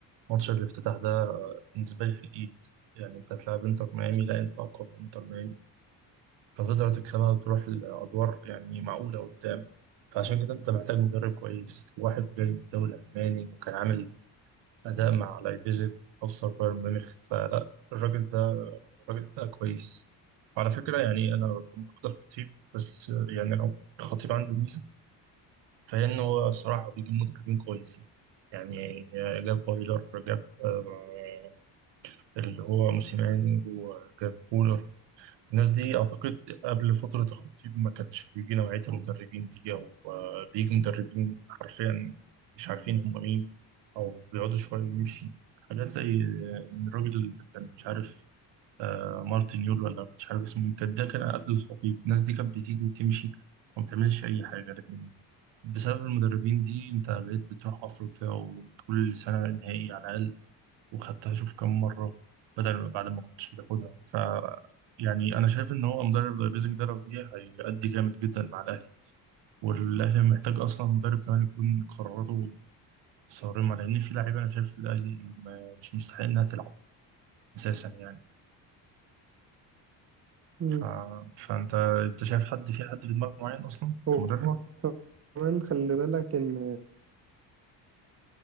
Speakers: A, on the right; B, on the right.
A: ماتش الافتتاح ده آه، بالنسبة لي في الايد يعني انت هتلاعب انتر ميامي لا انت اقوى من انتر ميامي فتقدر تكسبها وتروح لأدوار يعني معقولة قدام فعشان كده أنت محتاج مدرب كويس واحد جاي من الدوري الألماني وكان عامل أداء مع لايبزيج وخسر بايرن ميونخ فلا الراجل ده الراجل ده كويس وعلى فكرة يعني أنا كنت أختار خطيب بس يعني لو الخطيب عنده ميزة فهي إن هو الصراحة بيجيب مدربين كويسين يعني جاب فايلر جاب آه، اللي هو موسيماني وجاب كولر الناس دي أعتقد قبل فترة الخطيب ما كانش بيجي نوعية المدربين دي أو آه، بيجي مدربين حرفيا مش عارفين هم مين أو بيقعدوا شوية ويمشي حاجات زي آه، إن الراجل اللي كان مش عارف آه، مارتن يول ولا مش عارف اسمه مين كان ده كان قبل الخطيب الناس دي كانت بتيجي وتمشي وما بتعملش أي حاجة لكن بسبب المدربين دي أنت بقيت بتروح أفريقيا وكل سنة نهائي على الأقل وخدتها شوف كم مرة بدل ما بعد ما كنتش بتاخدها ف يعني أنا شايف إن هو مدرب زي بيزك ده لو جه هيأدي جامد جدا مع الأهلي والأهلي محتاج أصلا مدرب كمان يكون قراراته صارمة لأن في لعيبة أنا شايف في الأهلي ما- مش مستحق إنها تلعب أساسا يعني
B: مم.
A: ف... فأنت أنت شايف حد في حد في دماغك معين أصلا
B: هو
A: كمدرب؟
B: هو كمان خلي بالك ان